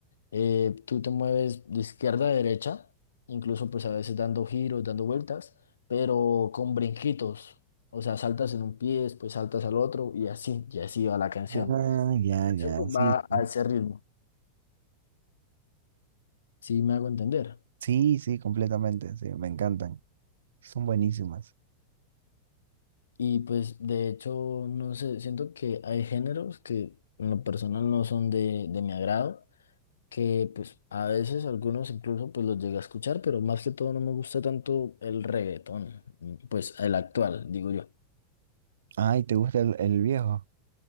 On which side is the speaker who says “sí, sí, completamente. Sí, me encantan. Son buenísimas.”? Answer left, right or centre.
Right